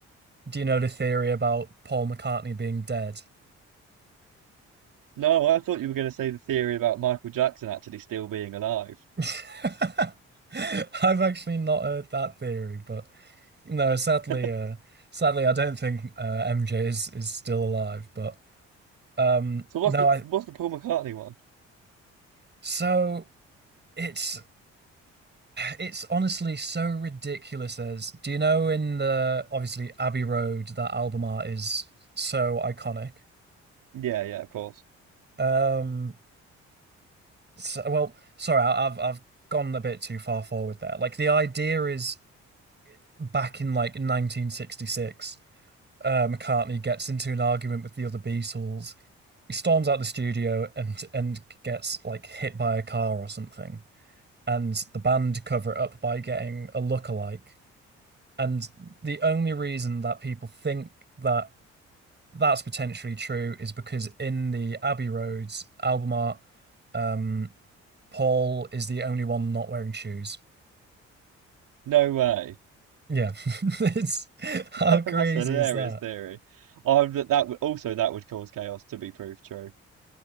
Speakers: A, on the right; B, on the right.
A: do you know the theory about Paul McCartney being dead?
B: No, I thought you were going to say the theory about Michael Jackson actually still being alive.
A: <laughs> I've actually not heard that theory but no sadly
B: <laughs>
A: uh sadly I don't think uh, MJ is is still alive but um
B: So what's
A: no
B: the
A: I
B: what's the Paul McCartney one?
A: so it's It's honestly so ridiculous as do you know in the obviously Abbey Road that album art is so iconic.
B: Yeah, yeah, of course.
A: Um so, well sorry I- I've I've gone a bit too far forward there. Like the idea is back in like 1966 uh McCartney gets into an argument with the other Beatles. He storms out the studio and and gets like hit by a car or something and the band cover it up by getting a lookalike And the only reason that people think that that's potentially true is because in the Abbey Roads album art, um, Paul is the only one not wearing shoes.
B: No way.
A: Yeah. <laughs> It's how
B: <laughs> That's
A: crazy
B: a hilarious
A: is that?
B: theory. I that that would also that would cause chaos to be proved true.